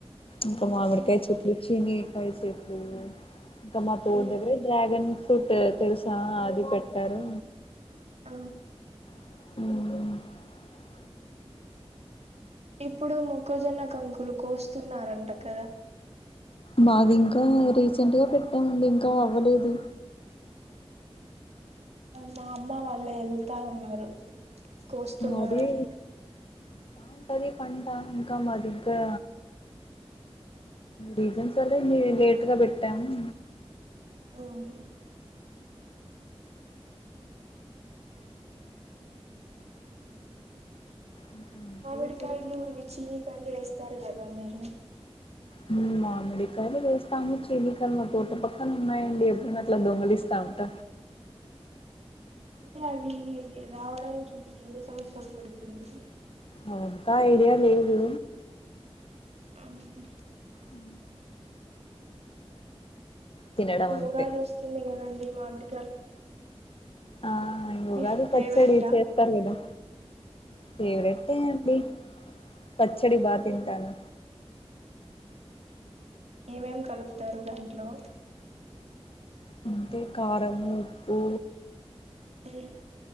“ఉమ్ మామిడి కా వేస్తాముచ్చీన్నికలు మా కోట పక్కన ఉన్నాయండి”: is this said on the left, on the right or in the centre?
Left